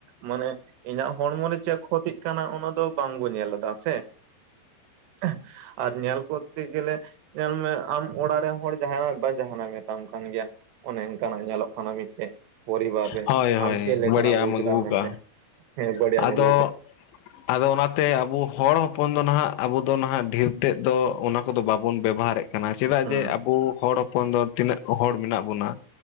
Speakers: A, on the right; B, on the left.
A: ᱢᱟᱱᱮ ᱤᱧᱟᱹᱜ ᱦᱚᱲᱢᱚ ᱨᱮ ᱪᱮᱫ ᱠᱷᱚᱛᱤᱜ ᱠᱟᱱᱟ ᱚᱱᱟ ᱫᱚᱼᱼ ᱵᱟᱝᱵᱚ ᱧᱮᱞ ᱮᱫᱟ ᱥᱮᱼᱼ <unintelligible> ᱟᱨ ᱧᱮᱞ ᱠᱚᱨᱛᱮ ᱜᱮᱞᱮ, ᱧᱮᱞ ᱢᱮ ᱟᱢ ᱚᱲᱟᱜ ᱨᱮᱱ ᱦᱚᱲ ᱡᱟᱸᱦᱱᱟᱜ ᱵᱟᱝ ᱡᱟᱸᱦᱟᱱᱟᱜ ᱢᱮᱛᱟᱢ ᱠᱟᱱ ᱜᱮᱭᱟ ᱾ ᱚᱱᱮ ᱚᱱᱠᱟᱱᱟᱜ ᱧᱮᱞᱚᱜ ᱠᱟᱱᱟ ᱢᱤᱫᱴᱮᱡ ᱾ ᱯᱚᱨᱤᱵᱟᱨ ᱨᱮ
B: ᱦᱳᱭ ᱦᱳᱭ
A: ᱟᱢ ᱪᱮᱫ ᱞᱮᱠᱟᱱᱟᱜ
B: ᱵᱟᱹᱲᱤᱡ ᱟᱜ
A: ᱟᱹᱜᱩ
B: ᱮᱢ
A: ᱠᱮᱫᱟᱢ
B: ᱠᱟᱜᱼᱟ
A: ᱢᱮᱱᱛᱮ, ᱦᱮᱸ ᱵᱟᱹᱲᱤᱡᱟᱜ
B: ᱟᱫᱚ
A: ᱮᱢ ᱟᱜᱩ ᱠᱟᱫᱟ ᱾
B: ᱟᱫᱚ ᱚᱱᱟ ᱛᱮ ᱟᱵᱚ ᱦᱚᱲ ᱦᱚᱯᱚᱱ ᱫᱚ, ᱱᱟᱦᱟᱜ ᱟᱵᱚ ᱫᱚ ᱱᱟᱦᱟᱜ ᱰᱷᱤᱨ ᱛᱮᱫ ᱫᱚ, ᱚᱱᱟ ᱠᱚᱫᱚ ᱵᱟᱵᱚᱱ ᱵᱮᱵᱚᱦᱟᱨᱮᱫ ᱠᱟᱱᱟ ᱪᱮᱫᱟᱜ
A: ᱦᱩᱸ
B: ᱡᱮ ᱟᱵᱚ ᱦᱚᱲ ᱦᱚᱯᱚᱱ ᱫᱚ, ᱛᱤᱱᱟᱹᱜ ᱦᱚᱲ ᱢᱮᱱᱟᱜ ᱵᱚᱱᱟ,